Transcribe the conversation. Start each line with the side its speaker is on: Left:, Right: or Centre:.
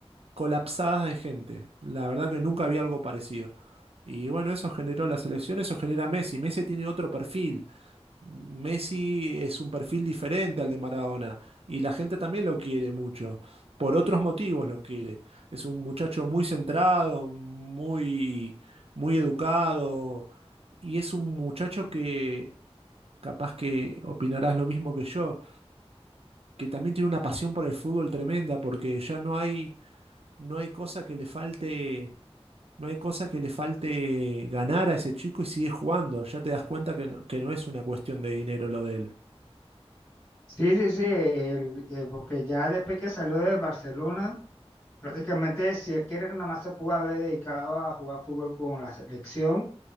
Right: colapsadas de gente. La verdad que nunca había algo parecido. Y bueno, eso generó las elecciones, eso genera Messi. Messi tiene otro perfil. Messi es un perfil diferente al de Maradona y la gente también lo quiere mucho. Por otros motivos lo quiere. Es un muchacho muy centrado, muy, muy educado y es un muchacho que capaz que opinarás lo mismo que yo, que también tiene una pasión por el fútbol tremenda porque ya no hay, no hay cosa que le falte. No hay cosa que le falte ganar a ese chico y sigue jugando. Ya te das cuenta que no, que no es una cuestión de dinero lo de él.
Left: Sí, sí, sí, el- eh, porque ya después que salió del Barcelona, prácticamente si él quiere, nada más se pudo haber dedicado a jugar fútbol con la selección